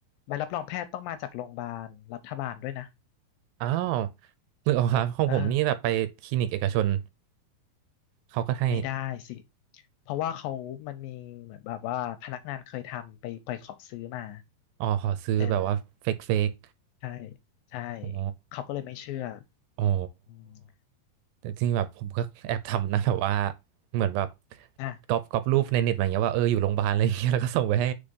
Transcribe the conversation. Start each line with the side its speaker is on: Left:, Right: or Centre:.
Left: ใบรับรองแพทย์ต้องมาจากโรงพยาบาลรัฐบาลด้วยนะ
Right: อ้าวหรืออกครับของผมนี่แบบไปคลินิกเอกชน
Left: เออ
Right: เขาก็ให้
Left: ไม่ได้สิเพราะว่าเขามันมีเหมือนแบบว่าพนักงานเคยทำไปไปขอซื้อมา
Right: อ๋อขอซื้อแบบว่าเฟกเฟก
Left: เออใช่ใช่
Right: อ๋อ
Left: เขาก็เลยไม่เชื่อ
Right: อ๋อ
Left: อืม
Right: แต่จริงแบบผมก็แอบทำนะแบบว่าเหมือนแบบ
Left: อ่ะ
Right: ก๊อปก๊อปรูปในเน็ตมาอย่างเงี้ยว่าเอออยู่โรงพยาบาลอะไรอย่างเงี้ยแล้วก็ส่งไปให้